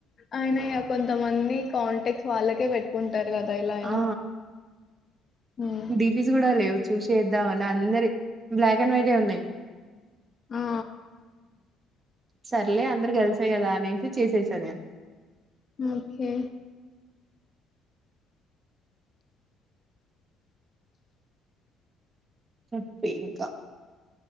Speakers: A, on the left (about 35°); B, on the right (about 30°).
A: అయిన ఇగ కొంతమ మంది కాంటెక్స్ వాళ్ళకే పెట్టుకుంటారు కదా ఎలా అయినా
B: ఆ
A: ఉమ్,
B: డిపిస్ కూడా లేవు చూసిచేద్దామంటే అందరి బ్లాక్ అండ్ వైటే ఉన్నాయి
A: ఆ
B: సర్లే అందరు కలిసే గదా అనేసి చేసేసా నేను
A: ఓకే
B: చెప్పింకా